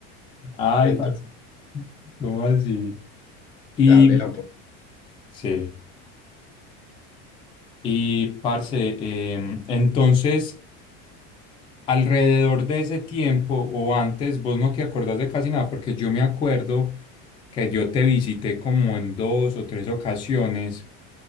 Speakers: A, on the left; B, on the left.
A: Ay,
B: <laughs> Entonces,
A: parce, ¿cómo así? Y
B: darle la oportunidad.
A: sí, y parce, em, entonces, alrededor de ese tiempo o antes, vos no te acordás de casi nada, porque yo me acuerdo que yo te visité como en dos o tres ocasiones.